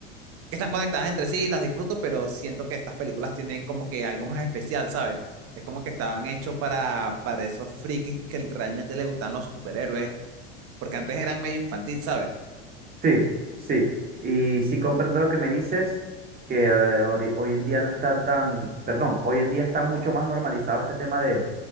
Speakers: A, on the right; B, on the right.
A: que están conectadas entre sí, las disfruto, pero siento que estas películas tienen como que algo más especial, ¿sabes? Es como que estaban hechos para, para esos frikis que realmente le gustan los superhéroes, porque antes eran medio infantil, ¿sabes?
B: Sí, sí. Y sí comprendo lo que me dices, que eh, ori- hoy en día no están tan, perdón, hoy en día está mucho más normalizado este tema de,